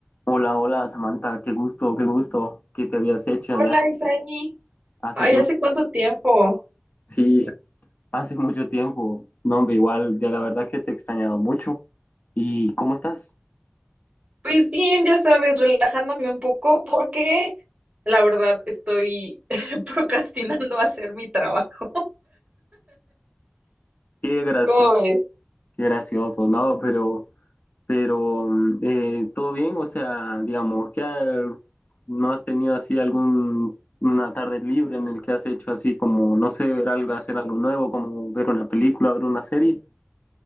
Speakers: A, on the left; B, on the right.
A: Hola, hola Samantha, qué gusto, qué gusto que te habías hecho ya
B: Hola,
A: hace
B: Isaí.
A: hace
B: Ay,
A: tiempo.
B: ¿hace cuánto tiempo?
A: Sí, hace mucho tiempo. No, hombre, igual, ya la verdad que te he extrañado mucho. ¿Y cómo estás?
B: Pues bien, ya sabes, relajándome un poco porque la verdad estoy <laughs> procrastinando hacer mi trabajo.
A: Qué gracioso,
B: ¿Cómo ves?
A: qué gracioso, ¿no? Pero, pero, mm, eh, ¿todo bien? O sea, digamos, ¿qué ha- no has tenido así algún, una tarde libre en el que has hecho así como, no sé, ver algo, hacer algo nuevo, como ver una película, ver una serie?